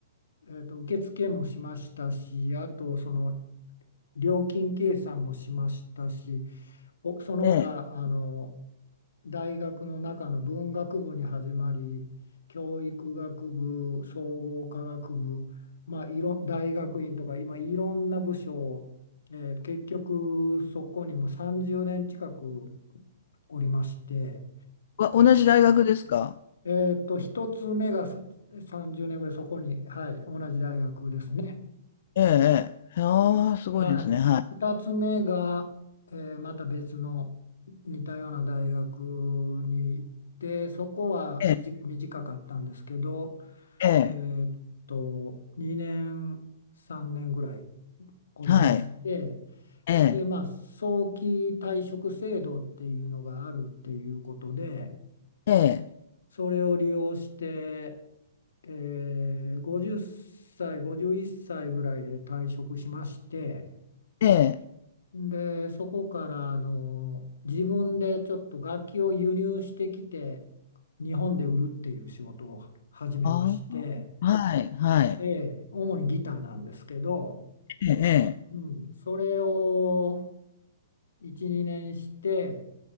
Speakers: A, on the left; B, on the left.
A: えっと、受付もしましたし、あとその料金計算もしましたし、お、その他、
B: ええ。
A: あの、大学の中の文学部に始まり教育学部総合科学部、まあ、いろ大学院とか今いろんな部署、えー結局そこにもう30年近くおりまして、
B: わ同じ大学ですか
A: えーっと、一つ目がさ30年ぐらいそこに、はい、同じ大学ですね。
B: ええええ。ああ、すごいですね。
A: はい。
B: はい。
A: 2つ目が、えーまた別の似たような大学に行って、そこは短短かったんですけど、
B: ええ、ええ、
A: えーっと、2年、3年ぐらいおりまして、
B: はい。ええ、
A: で、まあ、早期退職制度っていうのがあるっていうことで、
B: ええ、
A: それを利用して、えー50歳、51歳ぐらいで退職しまして、
B: ええ。
A: で、そこからあの自分でちょっと楽器を輸入してきて日本で売るっていう仕事を始めまして、
B: ああ、はい、はい。
A: ええ、主にギターなんですけど、
B: ええ、
A: うん、それを1、2年して、